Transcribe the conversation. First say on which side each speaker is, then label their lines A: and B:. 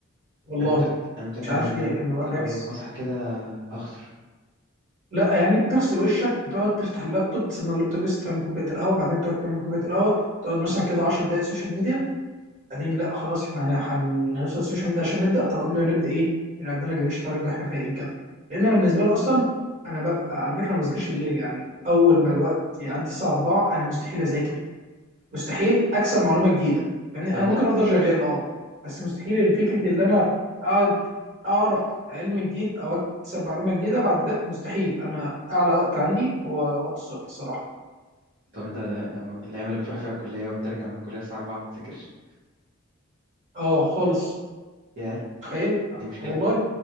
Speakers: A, on the right; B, on the right.
A: والله
B: انا متأكد انا متأكد
A: مش عارف
B: انا لو
A: ليه
B: لعبت
A: انا ببقى مركز
B: اول ما اصحى كده هخسر
A: لا يعني بتغسل وشك بتقعد تفتح اللابتوب تستنى اللابتوب بس تعمل كوبايه القهوه بعدين تقعد تعمل كوبايه القهوه تقعد مثلا كده 10 دقائق سوشيال ميديا بعدين لا خلاص احنا هن- هنوصل السوشيال ميديا عشان نبدا طب قبل ما نبدا ايه اللي عندنا جيمين شطرنج احنا فايقين كده لان انا بالنسبه لي اصلا انا ببقى على فكره ما بذاكرش بالليل يعني اول ما الوقت يعدي الساعه 4 انا مستحيل اذاكر مستحيل اكسب معلومه جديده يعني
B: طب
A: انا
B: انت
A: ممكن افضل شغال اه بس مستحيل فكره اللي انا اقعد اعرف علم جديد او اكسب معلومه جديده بعد ده مستحيل انا اعلى وقت عندي هو وقت الصبح الصراحه
B: طب انت لما الايام اللي بتروح فيها الكلية وبترجع من الكلية الساعة 4 ما بتذاكرش
A: اه خالص
B: ياه
A: تخيل
B: دي مشكلة
A: والله